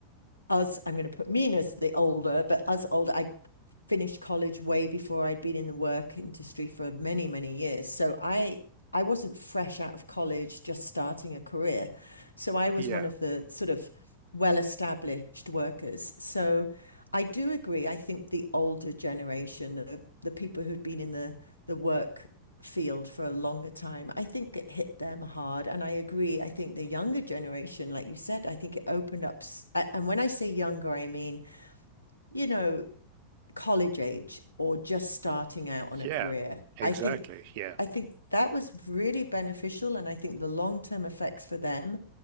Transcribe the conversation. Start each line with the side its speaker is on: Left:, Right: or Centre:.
Left: us, I'm going to put me in as the older, but us older, I finished college way before I'd been in the work industry for many, many years. So I I wasn't fresh out of college, just starting a career. So I was
Right: Yeah,
Left: one of the sort of well-established workers. So I do agree. I think the older generation, the, the people who'd been in the the work field for a longer time, I think it hit them hard. And I agree. I think the younger generation, like you said, I think it opened up. And when I say younger, I mean, you know, college age or just starting out on a
Right: yeah,
Left: career.
Right: exactly.
Left: I think
Right: Yeah,
Left: I think that was really beneficial, and I think the long-term effects for them